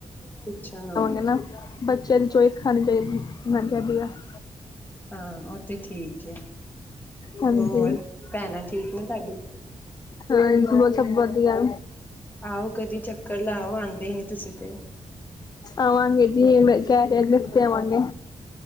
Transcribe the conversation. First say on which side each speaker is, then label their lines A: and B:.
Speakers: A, on the left (about 15°); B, on the left (about 35°).
A: ਪੁਛਨ ਨਾਲ
B: ਹੈਨਾ ਬੱਚਿਆਂ ਦੀ ਚੋਇਸ ਖਾਨੀ ਚਾਈਦੀ ਐ ਮੈ ਕਿਆ ਠੀਕ ਆ। <inaudible>
A: ਹਾਂ ਓ ਤੇ ਠੀਕ ਐ,
B: ਹਾਂਜੀ
A: ਹੋਰ ਭੈਣਾਂ ਠੀਕ ਨੇ ਤਾਡੀ।
B: ਹਾਂਜੀ ਓ ਸਬ ਵਦੀਆ।
A: ਆਓ ਕਦੀ ਚੱਕਰ ਲਾਓ ਆਂਦੇ ਈ ਨੀ ਤੁਸੀਂ ਤੇ।
B: ਆਵਾਂਗੇ ਜੀ ਕੈਰੀਅਰ ਲਿਖ ਕੇ ਆਵਾਂਗੇ।